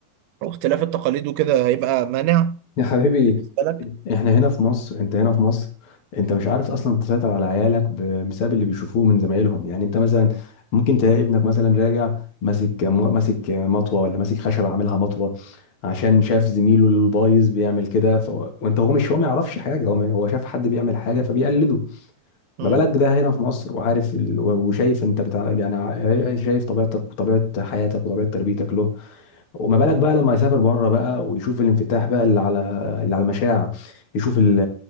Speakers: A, on the right (about 80°); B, on the left (about 45°).
A: واختلاف التقاليد وكده هيبقى مانع
B: يا حبيبي
A: بالنسبة لك؟
B: احنا هنا في مصر انت هنا في مصر انت مش عارف اصلا تسيطر على عيالك ب- بسبب اللي بيشوفوه من زمايلهم يعني انت مثلا ممكن تلاقي ابنك مثلا راجع ماسك ماسك مطوه ولا ماسك خشب عاملها مطوه عشان شاف زميله البايظ بيعمل كده ف... وانت هو مش هو ما يعرفش حاجه هو ما... هو شاف حد بيعمل حاجه فبيقلده
A: مم.
B: ما بالك ده هنا في مصر وعارف ال... و- وشايف انت بتاع يعني ع- يعني شايف طبيعتك وطبيعه حياتك وطبيعه تربيتك له وما بالك بقى لما يسافر بره بقى ويشوف الانفتاح بقى اللي على اللي على المشاع يشوف ال-